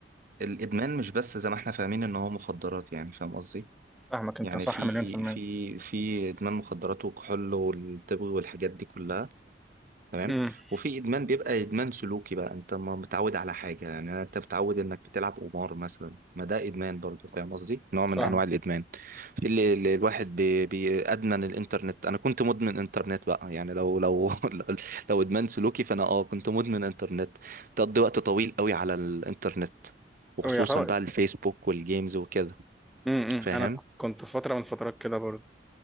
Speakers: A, on the right; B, in the centre.
A: الادمان مش بس زي ما احنا فاهمين ان هو مخدرات يعني فاهم قصدي
B: فاهمك انت
A: يعني
B: صح
A: في
B: مليون في المية
A: في في ادمان مخدرات والكحول والتبغ والحاجات دي كلها تمام
B: امم
A: وفي ادمان بيبقى ادمان سلوكي بقى انت ما متعود على حاجه يعني انت متعود انك بتلعب قمار مثلا ما ده ادمان برضو فاهم قصدي نوع من
B: فاهم
A: انواع الادمان في اللي اللي الواحد بي بي ادمن الانترنت انا كنت مدمن انترنت بقى يعني لو لو <laughs> لو ادمان سلوكي فانا اه كنت مدمن انترنت تقضي وقت طويل قوي على الانترنت وخصوصا
B: ويعتبر
A: بقى الفيسبوك والجيمز وكده
B: امم
A: فاهم
B: انا ك- كنت في فترة من فترات كده برضه